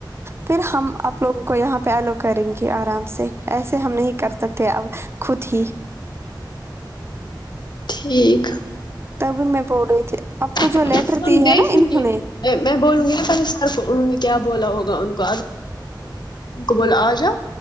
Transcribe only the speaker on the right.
پھر ہم وگ کو یہاں پہ ایلو کریں گے آرام سے ایسے ہم نہیں کر سکتے ا خود ہی
تب میں پڑ رہی تھی آپ
کو جو لیٹر
دی
ہے نا انہوں
نے